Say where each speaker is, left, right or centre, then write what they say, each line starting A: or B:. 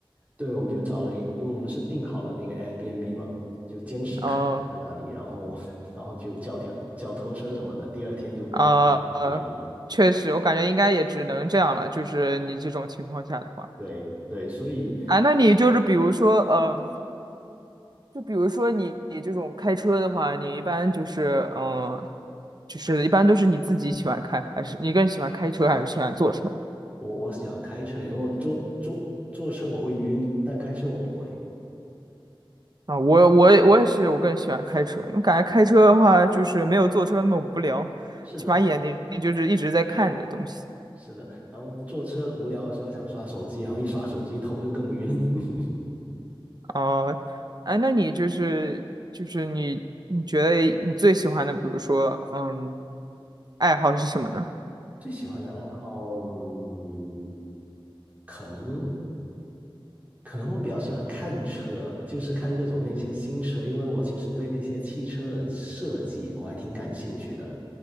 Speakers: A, on the right; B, on the right.
A: 对，我们就找了一，因为我们是订好了那个 Airbnb 嘛，就坚持开在那里，
B: 哦，
A: 然后 <laughs> 然后就叫条叫拖车什么的，第二天就马上回去了。
B: 呃，呃，确实，我感觉应该也只能这样了。就是你这种情况下的话，
A: 对对，所以
B: 啊，那你就是比如说，嗯。就比如说你你这种开车的话，你一般就是嗯，呃就是一般都是你自己喜欢开，还是你更喜欢开车还是喜欢坐车
A: 我我喜欢开车，因为我坐坐坐车我会晕，但开车我不会。
B: 啊？我我也我也是，我更喜欢开车，因为感觉开车的话就是没有坐车那么无聊，
A: 是的，
B: 起码眼睛就是一直在看着东西
A: 是的。然后坐车无聊的时候想刷手机，然后一刷手机头就更晕。<laughs>
B: 啊。哎，那你就是就是你你觉得你最喜欢的，比如说嗯，爱好是什么呢？
A: 最喜欢的爱好，嗯可能可能我比较喜欢看车，就是看各种那些新车，因为我其实对那些汽车的设计我还挺感兴趣的。